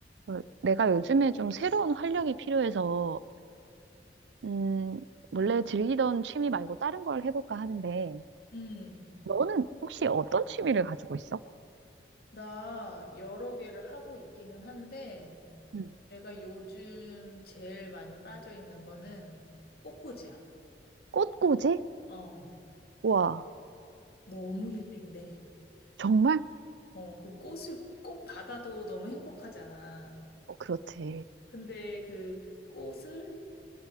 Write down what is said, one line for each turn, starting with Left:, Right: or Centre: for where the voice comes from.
Right: 어, 내가 요즘에 좀 새로운 활력이 필요해서, 음, 원래 즐기던 취미 말고 다른 걸 해볼까 하는데,
Left: 음,
Right: 너는 혹시 어떤 취미를 가지고 있어?
Left: 나 여러 개를 하고 있기는 한데,
Right: 응.
Left: 내가 요즘 제일 많이 빠져 있는 거는 꽃꽂이야.
Right: 꽃꽂이?
Left: 어,
Right: 와,
Left: 너무 힐링돼.
Right: 정말?
Left: 어, 그 꽃을, 꽃 받아도 너무 행복하잖아.
Right: 어, 그렇지.
Left: 근데 그 꽃을